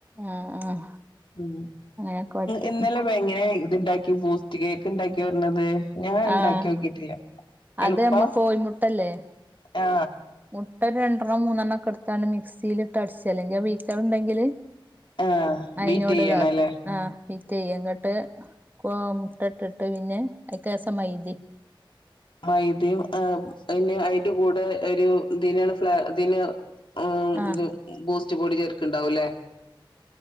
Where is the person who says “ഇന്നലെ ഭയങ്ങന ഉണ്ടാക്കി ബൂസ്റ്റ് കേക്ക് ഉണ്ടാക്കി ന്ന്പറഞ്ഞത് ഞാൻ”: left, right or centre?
Left